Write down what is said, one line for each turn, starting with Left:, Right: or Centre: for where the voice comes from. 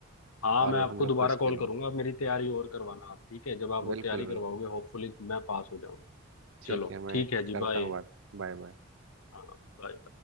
Left: हाँ
Right: और
Left: मैं आपको
Right: हम लोग
Left: दोबारा
Right: क्विज
Left: कॉल
Right: खेलूंगा
Left: करूंगा आप मेरी तैयारी और करवाना आप ठीक है जब आप वो
Right: बिल्कुल
Left: तैयारी करवाओगे
Right: बिल्कुल
Left: होपफुली मैं पास हो जाऊंगा
Right: ठीक
Left: चलो
Right: है मैं
Left: ठीक है जी
Right: करता
Left: बाय
Right: हूँ बात Bye bye
Left: हाँ बाय